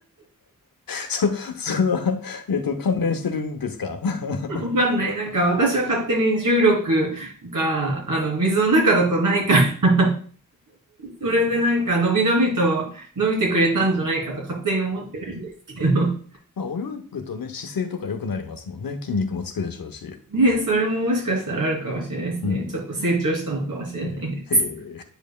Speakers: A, on the left (about 80°); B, on the right (about 70°).
A: そ、その、えっと、関連してるんですか <laughs>
B: わかんない。なんか私は勝手に重力があの水の中だとないから、それでなんか伸び伸びと伸びてくれたんじゃないかと勝手に思ってるんですけど。
A: まあ、泳ぐとね、姿勢とか良くなりますもんね。筋肉もつくでしょうし。
B: ね、それももしかしたらあるかもしれないですね。
A: うん。
B: ちょっと成長したのかもしれないです。
A: えへえ、